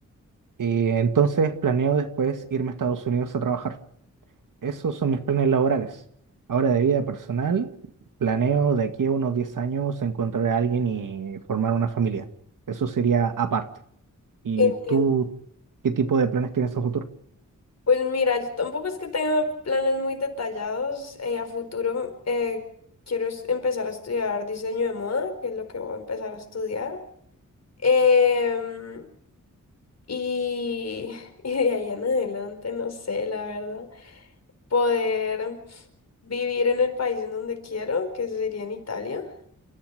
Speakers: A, on the right; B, on the left.
A: Y entonces planeo después irme a Estados Unidos a trabajar. Esos son mis planes laborales. Ahora de vida personal, planeo de aquí a unos 10 años encontrar a alguien y formar una familia. Eso sería aparte. ¿Y
B: Entiendo.
A: tú qué tipo de planes tienes a futuro?
B: Pues mira, yo tampoco es que tenga planes muy detallados. eh, a futuro eh, quiero es- empezar a estudiar diseño de moda, que es lo que voy a empezar a estudiar. Em, y, <laughs> y de ahí en adelante, no sé, la verdad, poder vivir en el país en donde quiero, que sería en Italia.